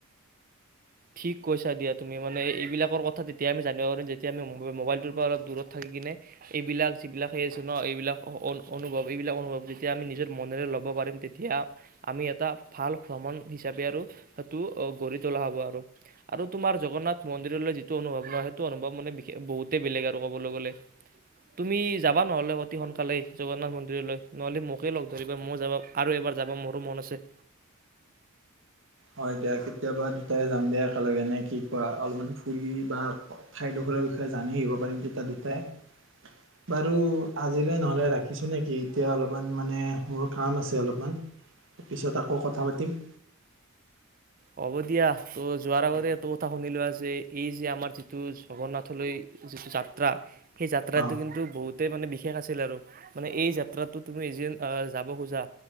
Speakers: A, on the right; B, on the right.
A: ঠিক কৈছা দিয়া তুমি। মানে এইবিলাকৰ কথা তেতিয়া আমি জানিব পাৰিম যেতিয়া আমি মোবাইলটোৰ পৰা অলপ দূৰত থাকি কিনে এইবিলাক যিবিলাক হেই আছে ন? এইবিলাক অনুভৱ-এইবিলাক অনুভৱ যেতিয়া আমি নিজৰ মনেৰে ল'ব পাৰিম তেতিয়া আমি এটা ভাল ভ্ৰমণ হিচাপে আৰু সেইটো গঢ়ি তোলা হ'ব আৰু। আৰু তোমাৰ জগন্নাথ মন্দিৰলৈ অনুভৱ নহ সেইটো অনুভৱ মান বহুতেই বেলেগ আৰু ক'বলৈ গলে। তুমি যাবা নহলে অতি সোনকালেই জগন্নাথ মন্দিৰলৈ, নহ'লে মোকে লগ ধৰিবা মই যাবা আৰু এবাৰ যাবা মোৰো মন আছে।
B: হয় দিয়া কেতিয়াবা দুটাই যাম দিয়া একেলগে নে কি কোৱা, অলপমান ফুৰি বা ঠাইডোখৰৰ বিষয়ে জানি আহিব পাৰিম তেতিয়া দুটাই বাৰু আজিলৈ নহলে ৰাখিছো নেকি এতিয়া অলপ মানে মোৰ কাম আছে অলপ মানে পিছত আকৌ কথা পাতিম।
A: হ'ব দিয়া ত' যোৱাৰ আগতে এইটো কথা শুনিলোৱা যে এই যে আমাৰ যিটো জগন্নাথলৈ যিটো যাত্ৰা সেই যাত্ৰাটো
B: অ
A: কিন্তু বহুতে মানে বিশেষ বিশেষ আছিল আৰু মানে এই যাত্ৰাতটো তুমি এ যে যাব খোজা